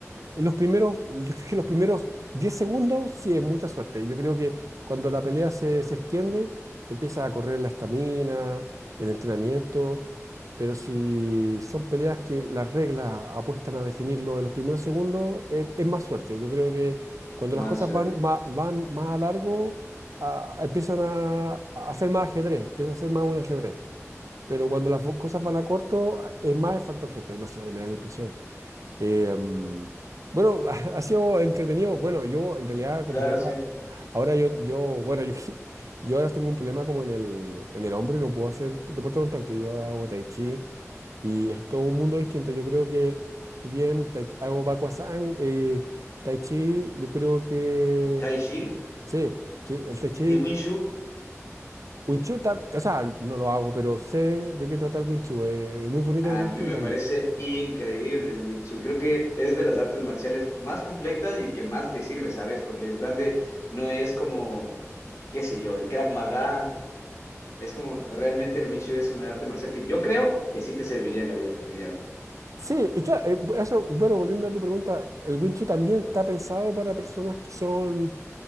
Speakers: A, on the right (about 85°); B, on the left (about 60°).
A: en los primeros, <laughs> yo creo que los primeros 10 segundos sí es mucha suerte. Yo creo que cuando la pelea se, se extiende, empieza a correr la estamina, el entrenamiento. Pero si son peleas que las reglas apuestan a definirlo en los primeros segundos, eh, es más suerte. Yo creo que cuando
B: Más
A: las cosas
B: suerte.
A: van más, van más a largo, a- a- empiezan a, a ser más ajedrez, empieza a ser más un ajedrez. Pero cuando las fo- cosas van a corto, a- es más el factor suerte. No sé, me da la impresión. Eh, mm, bueno, <laughs> ha sido entretenido. Bueno, yo en realidad como
B: Claro,
A: que ahora
B: sí.
A: Ahora yo, yo, bueno, yo, <laughs> yo ahora tengo un problema como en el, en el hombro y no puedo hacer deporte de contacto. Yo ahora hago tai chi y es todo un mundo distinto. Yo creo que, si bien tai- hago Bakwazang, eh, tai chi, yo creo que,
B: Tai Chi
A: sí, sí, el tai chi,
B: y Wing Chun.
A: Wing Chun, tam- o sea, no lo hago, pero sé de qué trata el Wing Chun. eh, es muy bonito
B: A
A: el Wing
B: mí
A: Chun
B: me
A: también.
B: parece increíble el Wing Chun. Creo que es de las artes marciales más completas y que más te sirve, ¿sabes? Porque en plan de, no es como, qué sé yo, el Krav Maga. Es como, realmente el Wing Chun es una arte marcial que yo creo que sí te serviría en la vida cotidiana.
A: Sí, y claro, eh, bu- eso, bueno, volviendo a tu pregunta, el Wing Chun también está pensado para personas que son